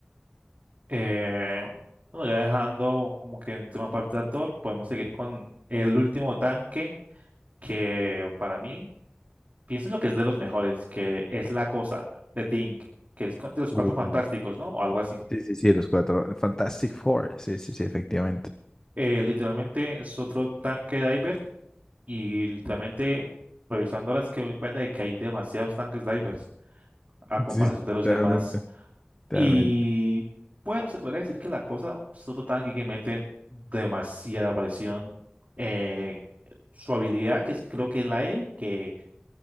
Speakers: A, on the right; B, on the left.
A: Eh, bueno, ya dejando como que en última parte de actor, podemos seguir con el último tanque que para mí pienso yo que es de los mejores, que es La Cosa de Thing, que es de los Cuatro
B: Uf.
A: Fantásticos, ¿no? O algo así.
B: Sí, sí, sí, los cuatro. Fantastic Four. Sí, sí, sí, efectivamente.
A: Eh, literalmente es otro tanque diver y literalmente revisando ahora es que me doy cuenta de que hay demasiados tanques divers a comparación
B: Sí, sí,
A: de los
B: claramente,
A: demás.
B: claramente.
A: Y bueno, se podría decir que la cosa, Soto Tanque que mete demasiada presión. eh, su habilidad, que es, creo que es la E, que